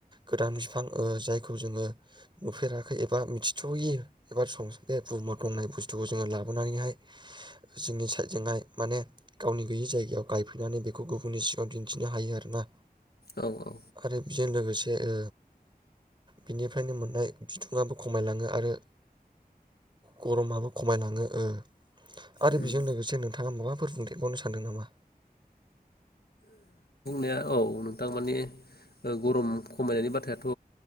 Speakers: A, on the right (about 30°); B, on the left (about 75°).
A: गोदान बिफां ओ जायखौ जोङो नुफेराखै एबा मिथिथ'यो एबा सं बे बुहुम दंनाय बुस्थुखौ जोङो लाबोनानैहाय जोंनि साइडजोंहाय माने गावनि गैयै जायगायाव गायफैनानै बेखौ गुबुननि सिगाङाव दिन्थिनो हायो आरोना
B: औ औ
A: आरो बेजों लोगोसे ओ बिनि निफ्रायनो मोननाय बिदुंआबो खमायलाङो आरो गरमाबो खमायलाङो ओ आरो
B: उम
A: बेजों लोगोसे नोंथाङा माबाफोर बुंदेरबावनो सानदों नामा
B: ए औ नोंथां मानि गरम खमायनायनि बाथ्रायाथ'